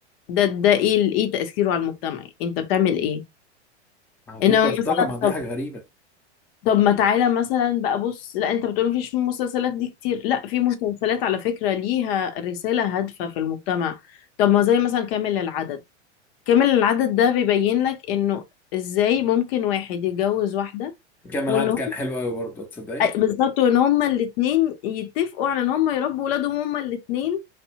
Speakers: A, on the left; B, in the centre.
A: ده ده ايه ال- ايه تأثيره على المجتمع انت بتعمل ايه
B: ما هو دي
A: انما
B: البلطجه
A: مثلا
B: ما دي
A: طب
B: حاجه غريبه
A: طب ما تعالى مثلا بقى بص لا انت بتقول مفيش مسلسلات دي كتير لا في مسلسلات على فكرة ليها رسالة هادفة في المجتمع طب ما زي مثلا كامل العدد كامل العدد ده بيبين لك انه ازاي ممكن واحد يتجوز واحدة
B: كامل
A: وان
B: العدد
A: هم
B: كان حلو قوي برضه تصدقي
A: بالظبط وان هما الاتنين يتفقوا على ان هما يربوا ولادهم هما الاتنين